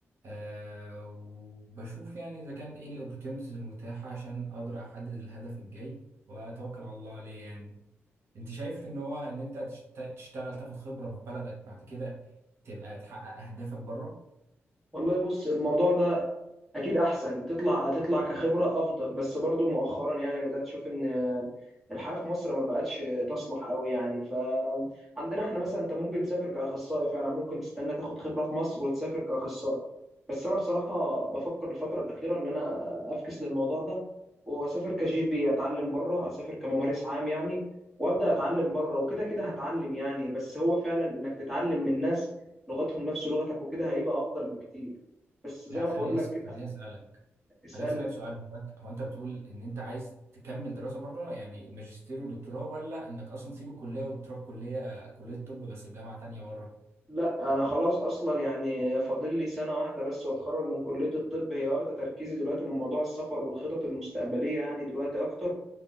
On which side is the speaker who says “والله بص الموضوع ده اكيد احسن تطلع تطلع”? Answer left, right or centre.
Centre